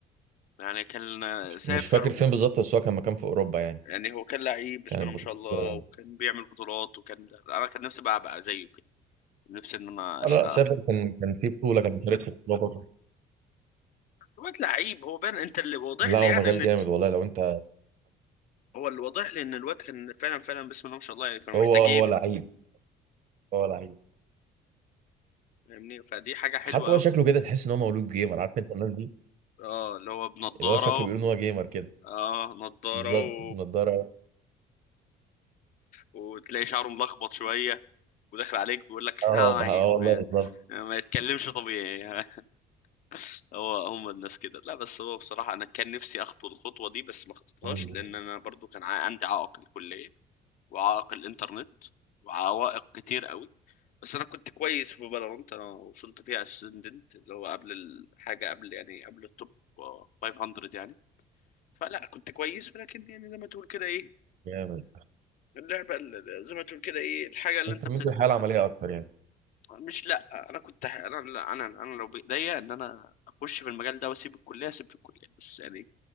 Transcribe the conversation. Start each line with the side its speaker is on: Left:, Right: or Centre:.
Left: يعني كان آه، سافر
Right: مش فاكر
Left: و...
Right: فين بالظبط بس هو كان مكان في اوروبا يعني
Left: يعني هو كان لعيب بسم
Right: كانت
Left: الله ما
Right: بطولة
Left: شاء الله وكان بيعمل بطولات وكان انا كان نفسي بقى ابقى زيه كده نفسي ان انا اشقى
Right: انا سافر كان كان في بطولة كان مشارك في بطولة بره
Left: الواد لعيب هو بان انت اللي واضح
Right: لا
Left: لي
Right: هو
Left: يعني
Right: مجال
Left: ان
Right: جامد
Left: انت
Right: والله لو انت
Left: هو اللي واضح لي ان الواد كان فعلا فعلا بسم الله ما شاء الله يعني كانوا
Right: هو
Left: محتاجينه
Right: هو لعيب هو لعيب
Left: فاهمني فدي حاجة حلوة
Right: حتى
Left: قوي
Right: هو شكله كده تحس ان هو مولود جيمر عارف انت الناس دي
Left: اه اللي هو بنضارة
Right: اللي هو شكله بيقول ان هو جيمر كده
Left: اه نضارة
Right: بالظبط
Left: و...
Right: النضارة
Left: وتلاقي شعره ملخبط شوية وداخل عليك بيقول لك
Right: اه
Left: هاي
Right: ب- آه
Left: ما
Right: والله بالظبط
Left: ما يتكلمش طبيعي <laughs> هو هم الناس كده لا بس هو بصراحة أنا كان نفسي أخطو الخطوة دي بس ما خطيتهاش
Right: مم.
Left: لأن أنا برضو كان ع- عندي عائق الكلية وعائق الإنترنت وعوائق كتير قوي بس أنا كنت كويس في فالورانت أنا وصلت فيها أسندنت اللي هو قبل الحاجة قبل يعني قبل التوب آه، 500 يعني فلا كنت كويس ولكن يعني زي ما تقول كده إيه
Right: جامد
Left: اللعبة ال- ال- زي ما تقول كده إيه الحاجة اللي
Right: اهتميت
Left: أنت
Right: بالحياة العملية اكتر يعني
Left: مش لا انا كنت ح- انا لا، انا انا لو بايديا ان انا اخش في المجال ده واسيب الكليه اسيب في الكليه بس يعني